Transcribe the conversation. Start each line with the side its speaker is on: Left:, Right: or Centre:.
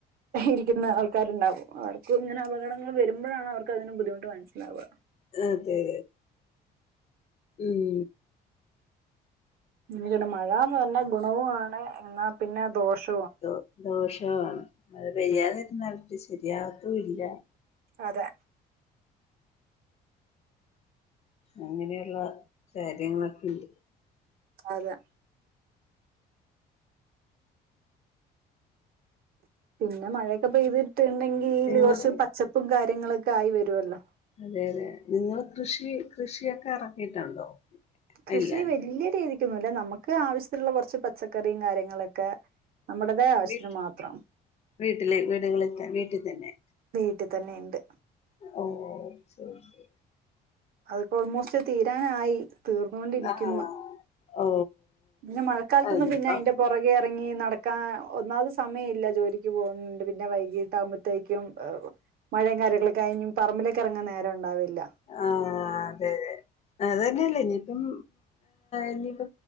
Right: ഇരിക്കുന്ന ആൾക്കാരുണ്ടാവും അവർ ക്കും ഇങ്ങനെ അപകടങ്ങള് വരുമ്പഴാണ് അവർക്ക് അതിന്റെ ബുദ്ധിമുട്ട് മനസ്സിലാവുക
Left: അതേ ഉം
Right: <unintelligible> മഴാന്ന് പറഞ്ഞ ഗുണവുവാണ് എന്നാ പിന്നെ ദോഷ്
Left: ദോ ദോഷവുവാണ് മഴ പെയ്യാതെ ഇരുന്നാലൊട്ട് ശരിയാവത്തു ഇല്ല
Right: അതെ
Left: അങ്ങനെയൊള്ള കാര്യങ്ങളൊക്കെ ഇണ്ട്
Right: അത പിന്നെ മഴയൊക്കെ പെയ്തിട്ടുണ്ടെങ്കില്
Left: നിങ്ങള്
Right: കുറച്ച് ചെപ്പും കാര്യങ്ങളൊക്കെ ആയി വരുമല്ലോ
Left: അതെ അതെ നിങ്ങൾ കൃഷി കൃഷിയൊക്കെ ഇറക്കിയിട്ടുണ്ടോ
Right: കൃഷി
Left: ഇല്ല ഇല്ല
Right: വല്യയ രീതിക്കൊന്നുംല്ല നമുക്ക് ആവശ്യത്തിുള്ള കുറച്ച് പച്ചക്കറിയും കാര്യങ്ങളൊക്കെ നമ്മുടേതായ ആവശ്യത്തിന്
Left: വീട്ട
Right: മാത്രം
Left: വീട്ടില് വീടുകളൊക്കെ വീട്ടിൽ തന്നെ
Right: വീട്ടിൽ തന്നെുണ്ട്
Left: ഓ ശരി ശരി
Right: അതിപ്പോ ഓൾമോസ്റ്റ് തീരാനായി തീർന്നുകൊണ്ടിരിക്കുന്നു
Left: ആഹ ഓ
Right: പിന്നെ മഴക്കാലത്തൊന്നും
Left: അതിനിപ്പം
Right: പിന്നെ അയിന്റെ പുറകെ ഇറങ്ങി നടക്കാൻ ഒന്നാത് സമയമല്ല ജോലിക്ക് പോകുന്നുണ്ട് പിന്നെ വൈകീട്ട് ആകുമ്പ ത്തേക്കും മഴയും കാര്യങ്ങളൊക്ക കഴിഞ്ഞും പറമ്പിലേക്കെറങ്ങൻ നേരം ഉണ്ടാവില്ല
Left: ആ അതെ അതെ അത്തന്നെയല്ലേ ഇനിയിപ്പം ഇനിയിപ്പ